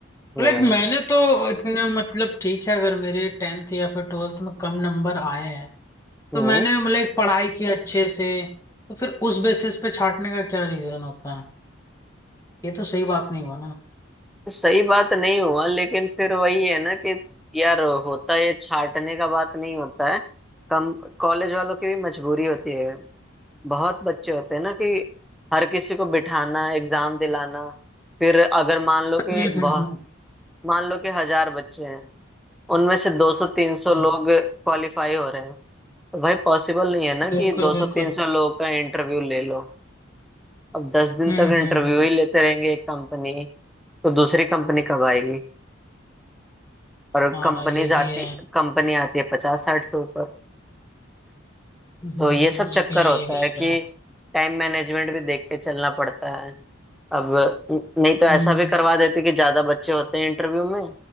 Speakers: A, in the centre; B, on the left (about 15°).
A: हम्म
B: लाइक मैंने तो इतने मतलब ठीक है अगर मेरे टेंथ या फिर ट्वेल्थ में कम नंबर आए हैं तो
A: हम्म
B: मैंने लाइक पढ़ाई की अच्छे से तो फिर उस बेसिस पे छाटने का क्या रीजन होता है ये तो सही बात नहीं हुआ ना
A: सही बात नहीं हुआ लेकिन फिर वही है ना कि यार होता ये छाटने का बात नहीं होता है कम कॉलेज वालों की भी मजबूरी होती है बहुत बच्चे होते हैं ना
B: हम्म
A: कि हर किसी को बिठाना एग्जाम दिलाना फिर अगर मान लो कि
B: हम्म
A: बहुत
B: हम्म
A: मान लो कि हजार बच्चे हैं उनमें से 200-300
B: हम्म,
A: लोग क्वालिफाई हो रहे हैं तो भाई पॉसिबल नहीं है ना कि
B: बिल्कुल
A: 200-300
B: बिल्कुल
A: लोगों का इंटरव्यू ले लो अब दस दिन
B: हम्म
A: तक इंटरव्यू
B: हम्म हम्म
A: ही लेते रहेंगे एक कंपनी तो दूसरी कंपनी कब आएगी और
B: हाँ
A: कंपनीज
B: ये
A: आती
B: भी है
A: कंपनी आती है पचास साठ से ऊपर
B: हम्म
A: तो ये सब
B: ये
A: चक्कर
B: भी ये
A: होता
B: भी
A: है
B: है
A: कि
B: भाई
A: टाइम मैनेजमेंट भी देख के चलना पड़ता है अब न- नहीं तो ऐसा
B: हम्म
A: भी करवा देते कि ज्यादा बच्चे होते हैं इंटरव्यू में